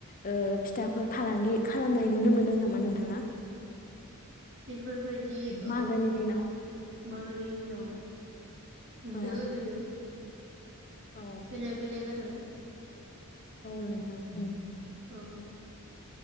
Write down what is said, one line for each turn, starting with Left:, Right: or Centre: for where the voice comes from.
Left: ओ फिथाफोर फालांगि खालामनाय नुनो मोनदों नामा नोंथाङा?
Right: बे बेफोरबायदि औ
Left: मागोनि दिनाव
Right: मागोनि दिनाव। नुदों
Left: औ
Right: ओरैनो।
Left: औ
Right: बेलेख बेलेख आरो।
Left: औ नोंथा उम
Right: औ